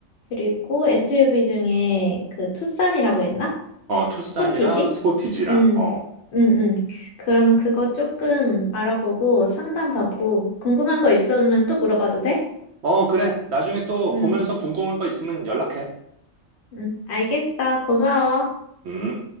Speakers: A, on the left; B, on the right.
A: 그리고 SUV 중에 그 투싼이라고 했나?
B: 어, 투싼이랑
A: 스포티지?
B: 스포티지랑.
A: 응,
B: 어.
A: 응, 응. 그러면 그거 조금 알아보고 상담받고, 궁금한 거 있으면 또 물어봐도 돼?
B: 어, 그래. 나중에 또
A: 응.
B: 보면서 궁금한 거 있으면 연락해.
A: 응, 알겠어. 고마워.
B: 음.